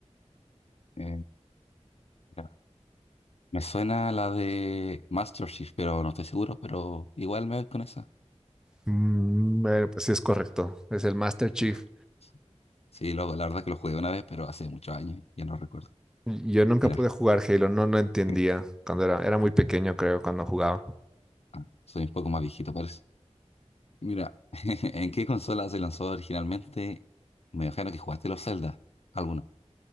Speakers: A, on the left (about 60°); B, in the centre.
A: Eh, mira, me suena la de Master Chief, pero no estoy seguro, pero igual me voy con esa.
B: Mm, eh, pues sí es correcto, es el Master Chief.
A: Claro. Sí, lo- la verdad que lo jugué una vez, pero hace muchos años, ya no recuerdo.
B: Yo nunca
A: Mira,
B: pude jugar Halo, no, no entendía
A: <laughs>
B: cuando era, era muy pequeño, creo, cuando jugaba.
A: ah, soy un poco más viejito, parece. Mira, <laughs> ¿en qué consola se lanzó originalmente? Me imagino que jugaste los Zelda, alguno.